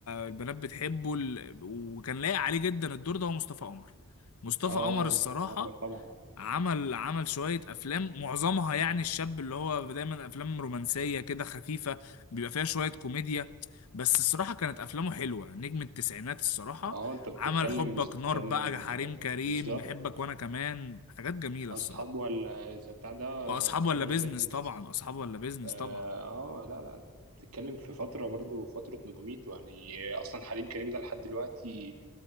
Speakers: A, on the left (about 85°); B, on the right (about 80°).
A: البنات بتحبه ال- وكان لايق عليه جدا الدور ده هو مصطفى قمر مصطفى
B: اه
A: قمر الصراحة
B: مصطفى عمر طبعا
A: عمل عمل شوية أفلام معظمها يعني الشاب اللي هو دايما أفلام رومانسية كده خفيفة بيبقى فيها شوية كوميديا بس الصراحة كانت أفلامه حلوة نجم التسعينات الصراحة
B: اه انت بتتكلم
A: عمل حبك
B: بتتكلم
A: نار بقى حريم
B: آه،
A: كريم
B: بالظبط
A: بحبك وأنا كمان حاجات جميلة
B: اصحاب
A: الصراحة
B: ولا اذا بتاع ده
A: وأصحاب
B: اصحاب
A: ولا
B: ولا
A: بيزنس
B: بيزنس
A: طبعا أصحاب ولا بيزنس
B: اه
A: طبعا
B: آه، لا لا بتتكلم في فتره برضو فتره نجوميته يعني اصلا حليم كريم ده لحد دلوقتي